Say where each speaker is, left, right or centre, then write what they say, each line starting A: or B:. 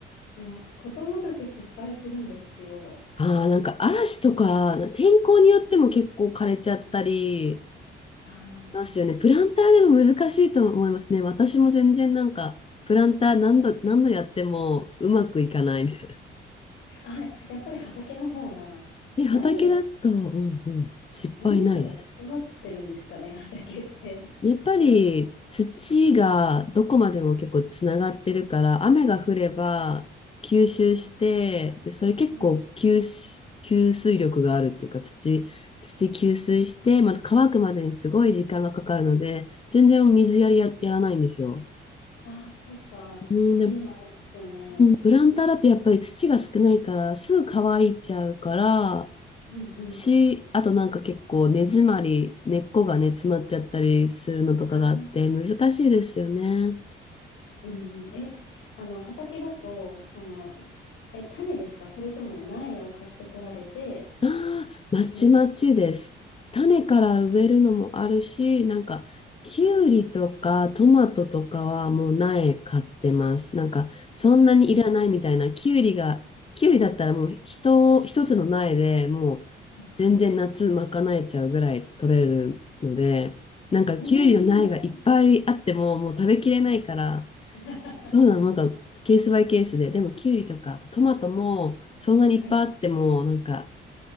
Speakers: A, on the left; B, on the left.
A: うん、ことごとく失敗するんですよ。
B: ああ、なんか嵐とか、天候によっても結構枯れちゃったり、
A: あ
B: ますよね。プランターでも難しいと思いますね。私も全然なんか、プランター何度、
A: あはい。
B: 何度やってもうまくいかないみたいな。
A: あ、やっぱり畑の方が、
B: で、畑だと、
A: 何が、
B: うんうん、失敗ないです。
A: 何かが整ってるんですかね、畑って。
B: やっぱり土がどこまでも結構つながってるから、
A: <laughs> なんか、
B: 雨が降れば吸収して、
A: あ、
B: で、それ結構吸し、
A: はい。
B: 吸水力があるっていうか、土、土吸水して、また乾くまでにすごい時間がかかるので、全然水やりや、やらないんですよ。
A: ああ、そうか。
B: うん、
A: そういうのもありますよね。
B: で、プランターだとやっぱり土が少ないからすぐ乾いちゃうから
A: うんうん。
B: し、あとなんか結構根詰まり、根っこがね、詰まっちゃったりするのとかがあって難しいですよね。
A: ああ。うんうん、え、あの、畑だと、その、え、種ですかそれとも苗を買ってこられて
B: ああ、まちまちです。
A: いいんですか
B: 種から植えるのもあるし、なんか、きゅうりとかトマトとかはもう苗買ってます。なんか、そんなにいらないみたいな。
A: え、
B: きゅうりが、きゅうりだったらもう一、一つの苗でもう
A: はい。
B: 全然夏賄えちゃうぐらい取れるので、なんかきゅうりの苗がいっぱいあってももう食べきれないから、
A: そんなになりますね <laughs>
B: そうだなんかケースバイケースで、でもきゅうりとか、あとトマトもそんなにいっぱいあっても、
A: はい。
B: なんか、